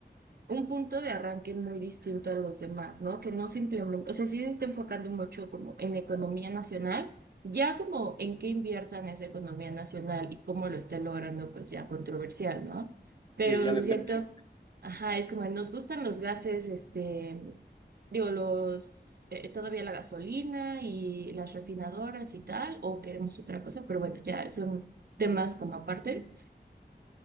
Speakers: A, on the right (about 60°); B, on the left (about 25°).
A: un punto de arranque muy distinto a los demás, ¿no? Que no simplemente, o sea, sí se está enfocando mucho como en economía nacional, ya como en qué inviertan esa economía nacional y cómo lo está logrando, pues ya controversial, ¿no? Pero
B: Y ya
A: es
B: depende.
A: Sí, cierto, ajá, es como nos gustan los gases, este, digo, los, eh, todavía la gasolina y las refinadoras y tal, o queremos otra cosa, pero bueno, ya son temas como aparte.